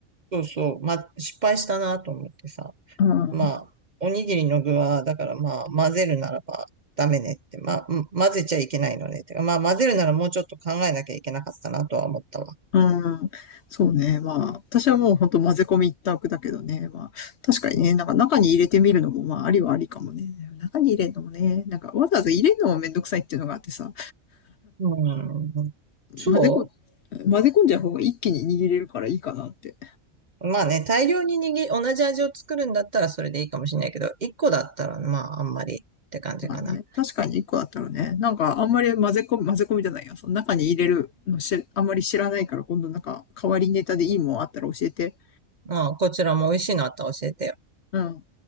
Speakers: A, on the right (about 40°); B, on the left (about 60°).
A: そうそう。まあ、失敗したなと思ってさ。
B: うん。
A: まあ、おにぎりの具は、だからまあ、混ぜるならばダメねって。まあ、うん混ぜちゃいけないのねって。まあ、混ぜるならもうちょっと考えなきゃいけなかったなとは思ったわ。
B: うん。そうね。まあ、私はもう本当混ぜ込み一択だけどね。まあ、確かにね、なんか中に入れてみるのも、まあ、ありはありかもね。中に入れるのもね、なんかわざわざ入れるのもめんどくさいっていうのがあってさ、
A: うん。そ
B: 混ぜこ、混ぜ込んじゃう方が一気に握れるからいいかなって。
A: うまあね、大量に握り、同じ味を作るんだったらそれでいいかもしれないけど、1個だったらまあ、あんまりって感じかな。
B: まあね、確かに一個だったらね、なんかあんまり混ぜ込み、混ぜ込みじゃないや。その中に入れるのし、あんまり知らないから、今度なんか代わりネタでいいもんあったら教えて。
A: まあ、こちらも美味しいのあったら教えてよ。
B: うん。